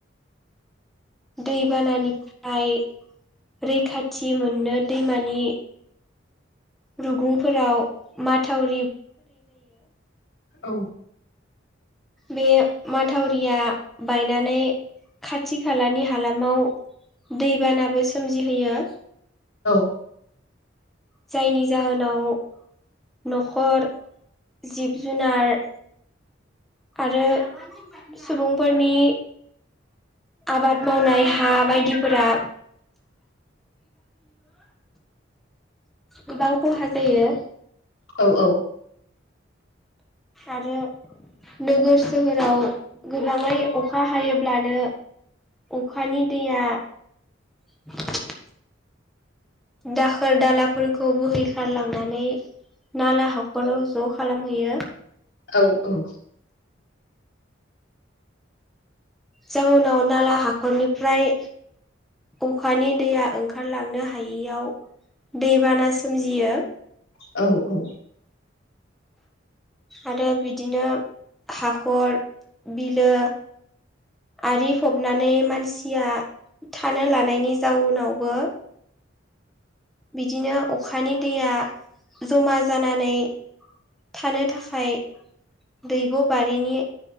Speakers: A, in the centre; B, on the left.
A: दैबानानिफ्राय रैखाथि मोननो दैमानि रुगुंफोराव माथाव
B: औ
A: बे माथावरिया बायनानै खाथि खालानि हालामाव दैबानाबो सोमजिहोयो
B: औ
A: जायनि जाहोनाव न'खर जिब जुनार आरो सुबुंफोरनि आबाद मावनाय हा बायदिफोरा गोबां खहा जायो
B: औ औ
A: आरो नोगोर सोहोराव गोबाङै अखा हायोब्लानो अखानि दैया <inaudible> दाखोर दालाफोरखौ बोहैखारलांनानै नाला ह गल' ज' खालामहैयो
B: औ औ
A: जाउनाव नाला हाखरनिफ्राय अखानि दैया ओंखारलांनो हायियाव दैबाना सोमजियो
B: औ औ
A: आरो बिदिनो हाखर बिलो आरि फबनानै मानसिया थानो लानायनि जाउनावबो बिदिनो अखानि दैया जमा जानानै थानो थाखाय दैब' बारिनि